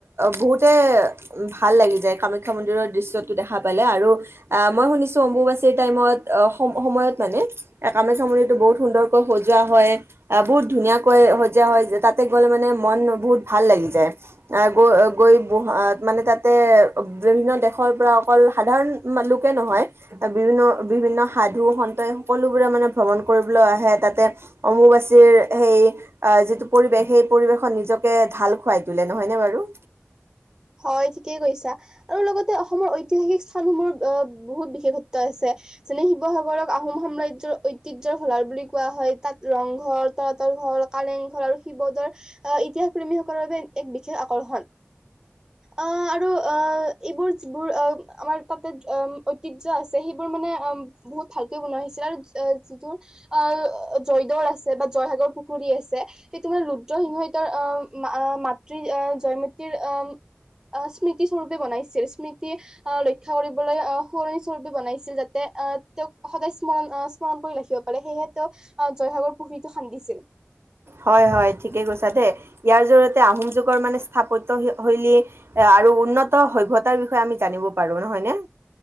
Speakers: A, on the right (about 80°); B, on the right (about 15°).
A: বহুত তে ভাল লাগি যায়। কামাখ্যা মন্দিৰৰ দৃশ্যটো দেখা পালে আৰু আহ মই শুনিছো অম্বুবাচীৰ টাইমত সম সময়ত মানে কামাখ্যা মন্দিৰতটো বহুত সুন্দৰকৈ সজোৱা হয়। আহ বহুত ধুনীয়াকৈ সজোৱা হয় যে তাত তাতে গ'লে মানে মন বহুত ভাল লাগি যায় আহ গৈ গৈ মানে তাতে বিভিন্ন দেশৰ পৰা অকল সাধাৰণ লোকে নহয় বিভিন্ন বিভিন্ন সাধু সন্ত সকলোবোৰে মানে ভ্ৰমণ কৰিবলৈ আহে তাতে অমুবাচীৰ সেই যিটো পৰিৱেশ সেই পৰিৱেশত নিজকে ঢাল খুৱাই তোলে নহয়নে বাৰু
B: হয় ঠিকেই কৈছা আৰু লগতে অসমৰ ঐতিহাসিক স্থানসমূহ অ বহুত বিশেষত্ব আছে যেনে শিৱসাগৰক আহোম সাম্ৰাজ্যৰ ঐতিহ্যৰ ভলাৰ বুলি কোৱা হয় তাত ৰংঘৰ তলাতল ঘৰ কালেংঘৰ আৰু শিৱদৌল আ ইতিহাস প্ৰেমীসকলৰ বাবে এক বিশেষ আকৰ্ষণ। অঁ আৰু অঁ এইবোৰ যিবোৰ অঁ আমাৰ তাতে ঐতিহ্য আছে সেইবোৰ মানে অঁ বহুত ভালকৈ বনোৱা হৈছিল আৰু যিবোৰ আ জয়দৌল আছে বা জয়সাগৰ পুখুৰী আছে সেইটো মানে ৰুদ্ৰসিংহই তেওঁৰ আহ মাতৃ আ জয়মতীৰ আ আ স্মৃতি স্বৰূপে বনাইছিল স্মৃতি আ ৰক্ষা কৰিবলৈ আ সুৱৰণি স্বৰূপে বনাইছিল যাতে আ তেওঁক সদায় স্মৰণ স্মৰণ কৰি ৰাখিব পাৰে সেয়েহে তেওঁ আ জয়সাগৰ পুখুৰীটো খান্দিছিল
A: হয় হয় ঠিকেই কৈছা দেই ইয়াৰ জৰিয়তে আহোম যুগৰ মানে স্থাপত্য শৈলী এ আৰু উন্নত সভ্যতাৰ বিষয়ে আমি জানিব পাৰো নহয় ন